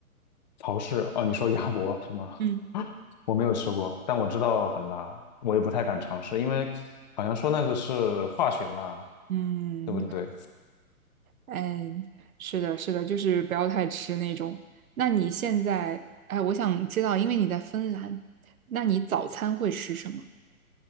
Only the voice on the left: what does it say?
曹氏。哦，你说鸭脖是吗？
我没有吃过，但我知道很辣，我也不太敢尝试，因为好像说那个是化学辣，
对不对？